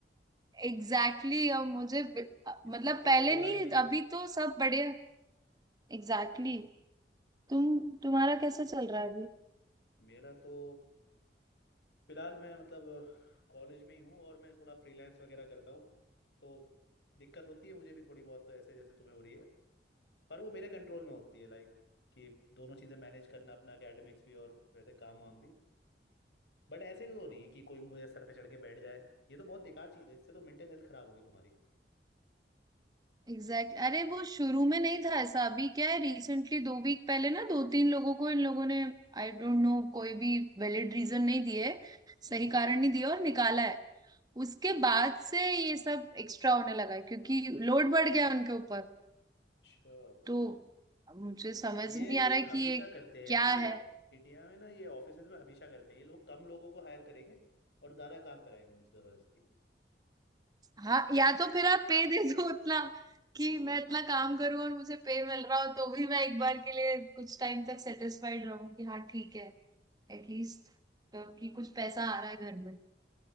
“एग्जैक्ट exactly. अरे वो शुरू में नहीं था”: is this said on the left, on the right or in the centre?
Right